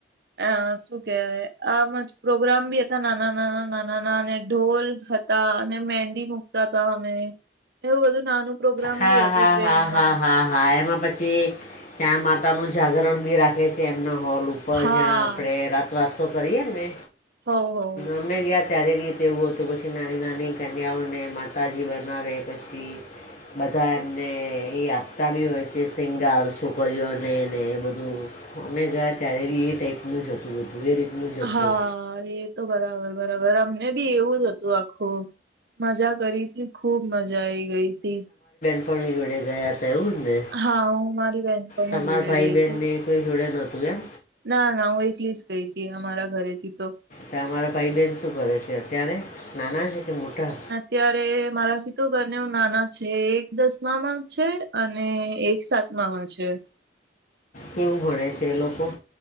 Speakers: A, on the right; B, on the left.
A: અ શું કેહેવાય? આમ જ પ્રોગ્રામ બી હતા, નાના-નાના, નાના ના અને ઢોલ હતા, અને મહેંદી મુ. ત અમે એવું બધું નાનું પ્રોગ્રામ
B: હા
A: બી હતું,
B: હા
A: ટ્રેનમાં.
B: હા હા હા હા, એમાં પછી ત્યાં માતાનું જાગરણ બી રાખે છે, એમના હોલ ઉપર. ઉપ
A: હા
B: જ્યાં આપે રાતવાસ તો કરીએ ને,
A: હો હો
B: અમે ગયા. ત્યારે બી તેવું હતું, પછી નાની-નાની કન્યાઓને માતાજી બનાવે, પછી બધા એમને એ આપતા બી હોય છે, સિંગાર છોકરીઓને ને એ બધું. અમે ગયા ત્યારે બી એ ટાઈપ નું જોતું બધું. એ રીતનું જ હતું
A: હા, એ. તો બરાબર, બરાબર અમને બી એવું જ હતું, આખું મજા કરી. ખુબ મજા આઈ ગઈ તી.
B: આપણી જોડે ગયા હતા, એવું જ ને.
A: હા, હું મારી બેહેનપણી
B: તમારા
A: જોડે
B: ભાઈ
A: ગઈ
B: બહેનને
A: હતી.
B: કોઈ જોડે નહોતું એમ.
A: ના, ના, હું એકલી જ ગઈ હતી, અમારા ઘરેથી તો‌.
B: કે અમારા ભાઈ બહેન શું કરે છે? અત્યારે નાના છે કે, મોટા.
A: ત્યારે મારાથી તો બંને નાના છે, એક દસમામાં છે, અને એક સાત. ના છે.
B: કેવું ભણે છે? એ લોકો.